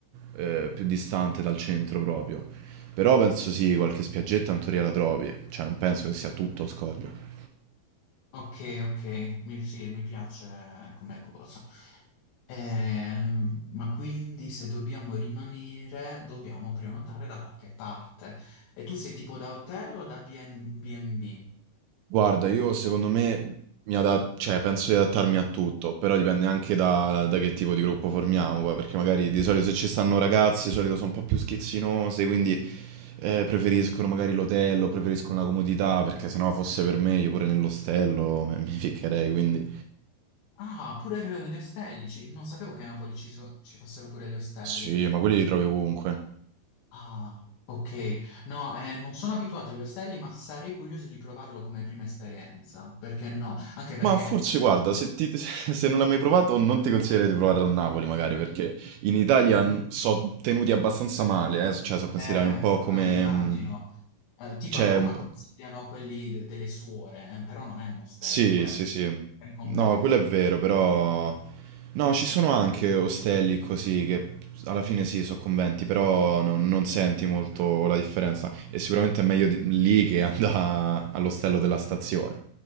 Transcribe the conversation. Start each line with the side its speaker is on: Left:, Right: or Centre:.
Right: eh, più distante dal centro proprio. Però penso sì, qualche spiaggetta in teoria la trovi, cioè non penso che sia tutto scoglio.
Left: Ok, ok, mi, sì, mi piace come cosa. Ehm, ma quindi se dobbiamo rimanere, dobbiamo prenotare da qualche parte. E tu sei tipo da hotel o da BN- B&B?
Right: Guarda, io secondo me mi ada cioè penso di adattarmi a tutto, però dipende anche da, da che tipo di gruppo formiamo, poi, perché magari di solito se ci stanno ragazzi, di solito sono un po' più schizzinose, quindi eh, preferiscono magari l'hotel, preferiscono la comodità, perché se no fosse per me, io pure nell'ostello me- mi ficcherei, quindi
Left: Ah, pure gli ostelli, ci- non sapevo che a Napoli ci, so- ci fossero pure gli ostelli.
Right: sì, ma quelli li trovi ovunque.
Left: Ah, ok. No, eh, non sono abituato agli ostelli, ma sarei curioso di provarlo come prima esperienza. Perché no? Anche perché,
Right: Ma forse guarda, se, ti- <laughs> se non l'hai mai provato, non ti consiglierei di provare al Napoli, magari, perché in Italia
Left: mm,
Right: sono tenuti abbastanza male, eh, cioè sono considerati
Left: eh,
Right: un po' come...
Left: ah, immagino,
Right: mm,
Left: Eh, tipo
Right: Cioè,
Left: a Roma
Right: un po'.
Left: consigliano quelli de- delle suore, eh, però non è un ostello
Right: Sì,
Left: quello,
Right: sì, sì.
Left: è un convento.
Right: No, quello è vero, però... No, ci sono anche ostelli così che alla fine sì, sono conventi, però no- non senti molto la differenza. E sicuramente è meglio di- lì che <laughs> andare all'ostello della stazione,